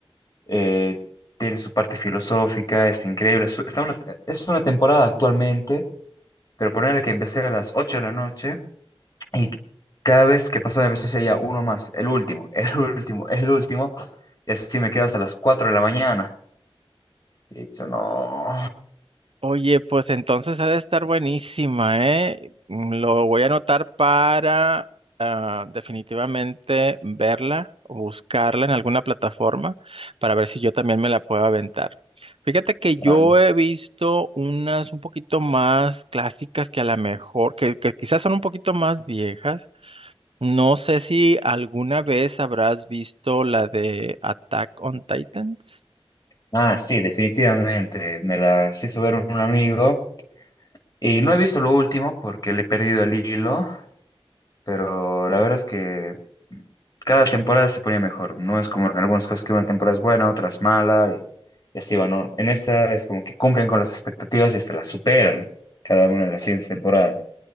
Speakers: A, on the left (about 40°); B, on the right (about 65°).
A: eh, tiene su parte filosófica, es increíble. Su- Está una, es una temporada actualmente, pero ponerle que empecé a las 8 de la noche y cada vez que pasaba empecé ya uno más, el último, el <laughs> último, el último, y así me quedo hasta las 4 de la mañana. Y he dicho, no,
B: Oye, pues entonces ha de estar buenísima, ¿eh? Mm, Lo voy a anotar para ah, definitivamente verla, o buscarla en alguna plataforma para ver si yo también me la puedo aventar. Fíjate que
A: dale.
B: yo he visto unas un poquito más clásicas que a lo mejor, que, que quizás son un poquito más viejas. No sé si alguna vez habrás visto la de Attack on Titans.
A: Ah, sí, definitivamente. Me las hizo ver un amigo y no he visto lo último porque le he perdido el hilo, Pero la verdad es que cada temporada se ponía mejor. No es como en algunos casos que una temporada es buena, otras mala, y, y así va, ¿no? En esta es como que cumplen con las expectativas y hasta las superan cada una de las siguientes temporadas.